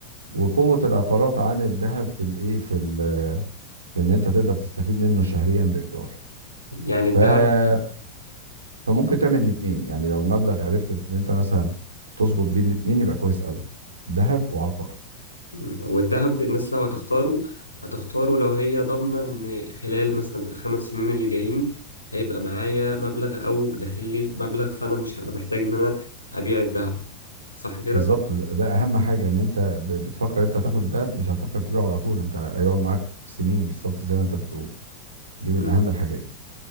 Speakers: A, on the right; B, on the left.
A: وقوه العقارات عن الذهب في الايه في ال- في ان انت تقدر تستفيد منه شهريا بايجار
B: يعني الذهب
A: ف... فممكن تعمل الاثنين يعني لو المبلغ عرفت ان انت مثلا تظبط بيه الاثنين يبقى كويس قوي ذهب وعقار
B: مم. والذهب الناس لو هتختاره هتختاره لو هي ضامنة إن خلال مثلا الخمس سنين اللي جايين هيبقى معايا مبلغ أو داخل لي مبلغ فأنا مش هبقى محتاج إن أنا أبيع الذهب صح كده؟
A: بالظبط ده ده اهم حاجه ان انت ب- بتفكر انت هتاخد الذهب مش هتفكر تبيعه على طول انت هيقعد معاك سنين بالظبط زي ما انت بتقول دي من
B: مم.
A: اهم الحاجات